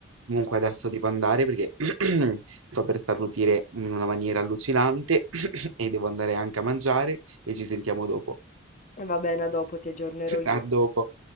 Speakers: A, on the right; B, on the left.
A: Comunque adesso devo andare perché <clears throat> sto per starnutire in una maniera allucinante <clears throat> e devo andare anche a mangiare e ci sentiamo dopo.
B: E va bene, a dopo ti aggiornerò
A: <clears throat> <laughs>
B: io.
A: A dopo.